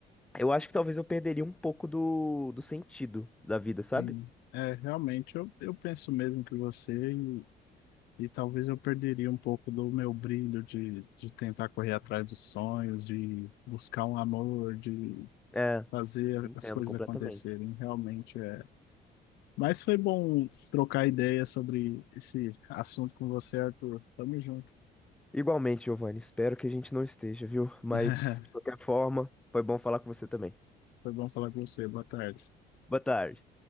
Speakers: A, in the centre; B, on the left (about 80°).
A: eu acho que talvez eu perderia um pouco do, do sentido da vida, sabe?
B: Sim. É, realmente, eu, eu penso mesmo que você, e, e talvez eu perderia um pouco do meu brilho de, de tentar correr atrás dos sonhos, de buscar um amor, de
A: É.
B: fazer
A: Entendo
B: as coisas
A: completamente.
B: acontecerem. Realmente é. Mas foi bom trocar ideia sobre esse assunto com você, Arthur. Tamo junto.
A: Igualmente, Giovanni, espero que a gente não esteja, viu? Mas,
B: <laughs>
A: de qualquer forma, foi bom falar com você também.
B: Foi bom falar com você. Boa tarde.
A: Boa tarde.